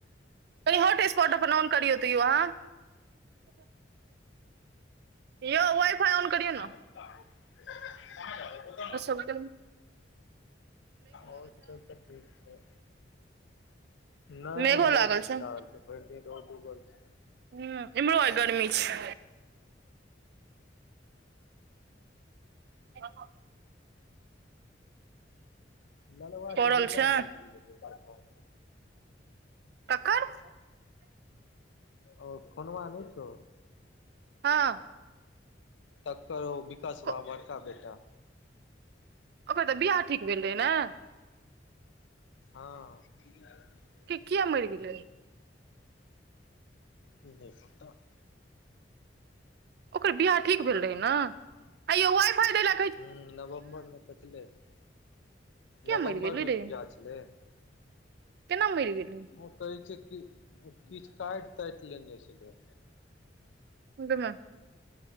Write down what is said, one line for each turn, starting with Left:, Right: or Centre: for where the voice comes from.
Right: कनी होॉटस्पोट अपन ऑन करियो त अहँ ययो वइफाइऑन करियौ न
Left: कहाँ जाई छीभुटान
Right: आय ठमं
Left: आर सब त ठीक छै नैय
Right: मेघो लागल
Left: मेग
Right: छौ
Left: काह लगल छै भैर दिन रौद उगल छै
Right: ह इमरो गरमी छै हँ
Left: ल्लबा
Right: पड़ल
Left: के बेटा
Right: छै
Left: मैर गेलैय बरका
Right: कक्कड़
Left: ओ खोनमा नैय छौ
Right: हँ
Left: तकर औ विकाश
Right: क-
Left: बा बड़का बेटा
Right: ओकर त बियाह ठीक भेल रहै ने
Left: हँ छैत
Right: कि किया मैर गेलैय
Left: नै पताह
Right: ओकर बियाह ठीक भेल रहैं न आयो वैइ फैइ दैला
Left: हु नवम्बरमे तैक लेब
Right: किया
Left: नवम्बरमे
Right: मरि गेलै रे
Left: वियाह छलै
Right: केना मरि गेलै
Left: ओ कहै छै कि किछ कैट तैट लेने छलैय
Right: गै मए